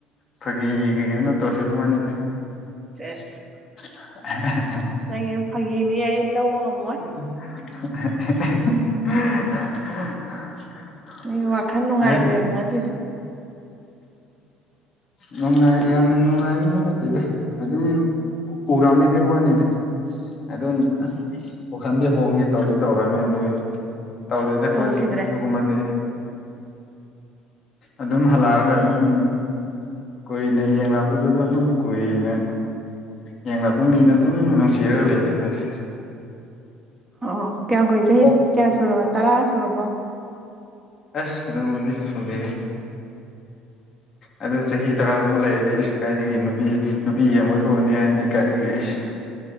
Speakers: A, on the left (about 45°); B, on the right (about 20°).
A: ꯐꯥꯒꯤꯒꯤ ꯀꯩꯅꯣ ꯇꯧꯁꯤ ꯋꯅꯤꯗ
B: ꯑꯦꯁ
A: <unintelligible>
B: ꯅꯪ ꯐꯥꯒꯤꯅꯦ ꯌꯥ ꯂꯧꯕ ꯉꯝꯃꯣꯏ
A: <unintelligible>
B: ꯃꯤ ꯋꯥꯈꯜ ꯅꯨꯡꯉꯥꯏꯈ꯭ꯔꯦꯕ
A: ꯑꯦ
B: ꯉꯁꯤꯗꯤ
A: ꯅꯨꯡꯉꯥꯏ ꯌꯥꯝ ꯅꯨꯡꯉꯥꯏꯕꯁꯨ ꯅꯠꯇꯦꯗ ꯑꯗꯨꯝ ꯎꯔꯃꯦ ꯍꯥꯏꯋꯅꯤꯗ ꯑꯗꯨꯝ ꯋꯥꯈꯟꯗꯤ ꯍꯣꯡꯉ ꯇꯧꯗꯤ ꯇꯧꯔꯝꯃꯦ ꯑꯗꯨ ꯇꯧꯗꯦꯗ ꯑꯩꯈꯣꯏ
B: ꯍꯣꯡꯈꯤꯗ꯭ꯔꯦ
A: ꯑꯗꯨꯒꯨꯝꯕꯗꯤ ꯑꯗꯨꯝ ꯍꯜꯂꯛꯑꯒ ꯑꯗꯨꯝ ꯀꯨꯏꯅ ꯌꯦꯡꯂꯛꯄꯗꯨꯗ ꯑꯗꯨꯝ ꯀꯨꯏꯅ ꯌꯦꯡꯂꯛꯄ ꯃꯤꯗ ꯑꯗꯨꯝ ꯅꯨꯡꯁꯤꯔꯒ ꯂꯩꯔꯦ ꯑꯩꯈꯣꯏꯗꯤ
B: ꯑꯣ ꯀꯌꯥꯝꯨ ꯀꯨꯏ ꯆꯍꯤ
A: ꯑꯣ
B: ꯀꯌꯥ ꯁꯨꯔꯕꯣ ꯇꯔꯥ ꯁꯨꯔꯕꯣ
A: ꯑꯁ ꯗꯨꯒꯨꯝꯕꯗꯤ ꯁꯨꯗꯦ
B: <unintelligible>
A: ꯑꯗ ꯆꯍꯤ ꯇꯔꯥꯒꯨꯝꯕ ꯂꯩꯔꯗꯤ ꯏꯁ ꯀꯥꯏꯗꯒꯤ ꯅꯨꯄꯤ ꯅꯨꯄꯤ ꯌꯦꯡꯕ ꯊꯣꯛꯑꯅꯤ ꯍꯥꯏꯗꯤ ꯀꯥꯏꯗꯒꯤ ꯑꯁ